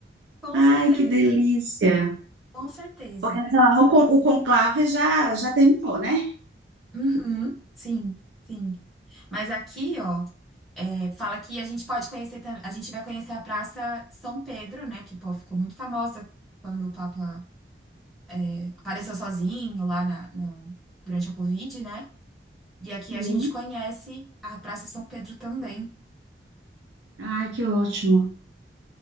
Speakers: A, in the centre; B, on the right.
A: Com
B: Ai,
A: certeza,
B: que delícia.
A: com certeza.
B: Porque sei lá, o, con- o conclave já, já terminou, né?
A: Uhum, sim, sim. Mas aqui, ó. É, fala que a gente pode conhecer, tam- a gente vai conhecer a Praça de São Pedro, né? Que, pô, ficou muito famosa quando o Papa é, apareceu sozinho lá na, na- durante a Covid, né? E aqui
B: sim.
A: a gente conhece a Praça São Pedro também.
B: Ai, que ótimo.